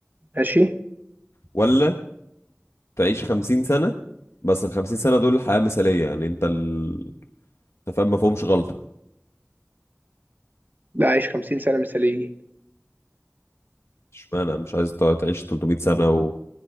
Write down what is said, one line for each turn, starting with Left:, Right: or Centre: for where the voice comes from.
Right: ماشي
Left: ولا تعيش 50 سنة بس ال 50 سنة دول حياة مثالية يعني انت ال... انت فاهم ما فيهمش غلطة
Right: لا عيش 50 سنه مثاليين
Left: اشمعنى مش عايز تقعد تعيش 300 سنة و...